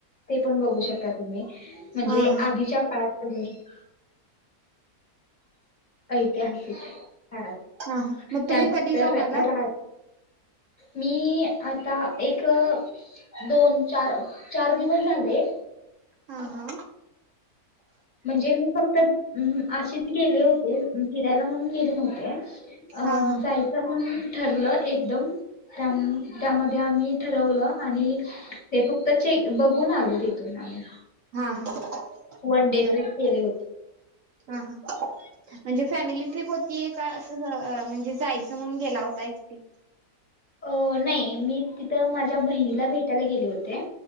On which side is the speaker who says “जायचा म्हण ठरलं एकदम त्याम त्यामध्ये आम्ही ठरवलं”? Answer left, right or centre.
Left